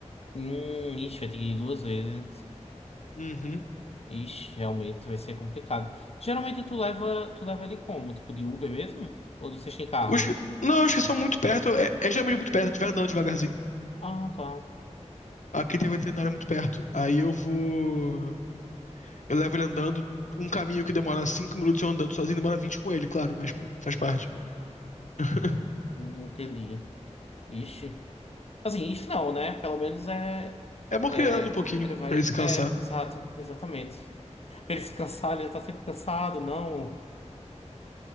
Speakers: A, on the left; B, on the left.
A: Hum, ixi, vai ter que ir duas vezes.
B: Uhum.
A: Ixi, realmente vai ser complicado. Geralmente tu leva, tu leva ele como? Tipo de Uber mesmo? Ou vocês têm carro?
B: Os que- não, os que são muito perto, é, é geralmente muito perto, tiver andando devagarzinho.
A: Ah, tá.
B: Aqui tem um veterinário muito perto. Aí eu vou. Eu levo ele andando. Um caminho que demora cinco minutos eu andando sozinho, demora 20 com ele, claro, mas pô, faz parte. <laughs>
A: Hum, Entendi. Ixi. Assim, ixi não, né? Pelo menos é.
B: É bom
A: É.
B: criando um pouquinho
A: Ele vai.
B: pra ele se cansar.
A: É, exato, exatamente. <laughs> Pra Ele se cansar, ele tá sempre cansado, não.